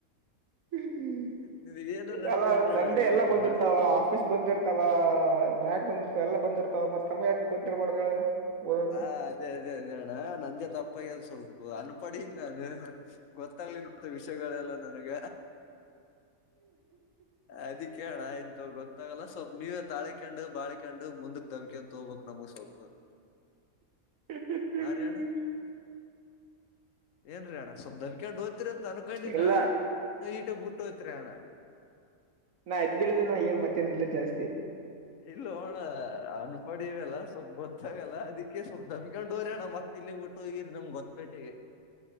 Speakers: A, on the right (about 70°); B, on the left (about 65°).
A: ್ಮ
B: ನೀನ್ ಏನಾರ ಅಂದೆ
A: ಅಲ್ಲ
B: ಅಂದ್ರ
A: ಸಂಡೆ
B: ಅವಾಗ ಹೇಳು
A: ಎಲ್ಲ
B: ಓ
A: ಬಂದಿರ್ತಾವ
B: ಅಣ್ಣ
A: ಆಫೀಸ್ ಬಂದಿರ್ತಾವ ಬ್ಯಾಂಕ್ ಬಂದಿರ್ತಾವ ಎಲ್ಲ ಬಂದಿರ್ತಾವ ಮತ್ತ್ತಮ್ಮಗೆ ಯಕ ಬಂದಿರ್ಬಾರ್ದ ಓದೋದು
B: ಹಾ ಅದೇ ಅದೇ ಅದೇ ಅಣ್ಣ ನಂದೇ ತಪ್ಪಗೆ ಸ್ವಲ್ಪ ಅನ್ಪಡಿಂದ ನಾನ ಗೊತ್ತ ಮತ್ತ ವಿಷಯಗಳೆಲ್ಲ ನನಗ ಅದಿ ಕೇಳಣ ಎಂತ ಗೊತ್ತಾಗಲ್ಲ ಸ್ವಲ್ಪ ನೀವ ತಾಳಿಕಂಡು ಬಾಿಕಂಡು ಮುಂದಕ್ ದಬ್ಬಿಕ ಅಂತ ಹೋಗ್ಬೇಕಕ್ ನಮಗ್ ಸ್ವಲ್ಪ
A: ಹ್ಮ ಹ್ಮ್
B: ಹಾ ರೀ ಅಣ್ಣ
A: ಹ್ಮ್
B: ಏನ್ರೀ ಅಣ್ಣ ಸ್ವಲ್ ದಬ್ಕೊಂಡು ಓದ್ತಿೀರಂತ ಅನ್ಕೊಂಡಿನಿ
A: ಇಲ್ಲ
B: ಅಣ್ಣ ಈಟ ಬುಟ್ಟು ಹೋಯಿತಿರಾ ಅಣ್ಣ
A: ನಾ ಇದ್ದಳಿದೆ ನ ಏನ್ ಮತ್ತ್ಯಾನಿಲ್ಲ ಜಾಸ್ತಿ
B: ಇಲ್ಲ ಹೋಅಣ್ಣ ಅನ್ಪಡವಲ್ಲ ಸ್ವಲ್ಪ್ ಗೊತ್ತಾಗಲ್ಲ ಅದಕ್ಕೆ ಸ್ವಲ್ಪ್ ದಬ್ಕೊಂಡು ಹೊರಿಯೋ ಅಣ್ಣ ಮತ್ತ ಇಲ್ಲಿ ಊಟೋಗಿರ್ ನಮ್ ಗೋತಪೇಟೆಗೆ